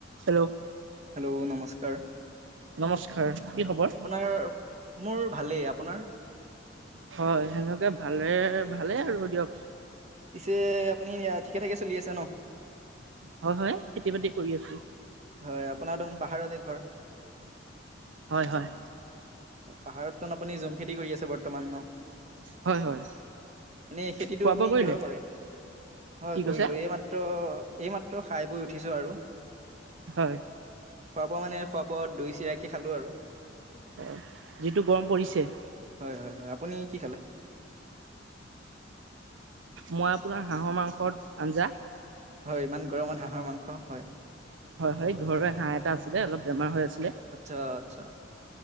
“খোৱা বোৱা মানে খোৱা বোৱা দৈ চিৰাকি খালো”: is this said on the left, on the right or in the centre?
Right